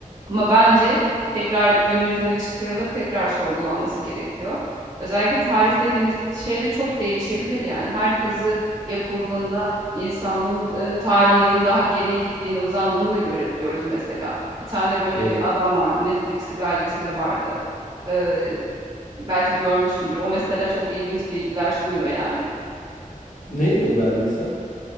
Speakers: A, on the right; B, on the left.
A: Ama bence tekrar gün yüzüne çıkarılıp tekrar sorgulanması gerekiyor. Özellikle tarih dediğimiz şey de çok değişebilir yani. Her kazı yapıldığında insanlığın e, tarihinin daha geriye gittiğini, uzandığını da görebiliyoruz mesela. Bir tane böyle
B: Evet.
A: bir adam vardı. Netflix'te belgeseli vardı. Ee, belki görmüşsündür. O mesela çok ilginç bilgiler sunuyor yani.
B: Neydi o belgesel?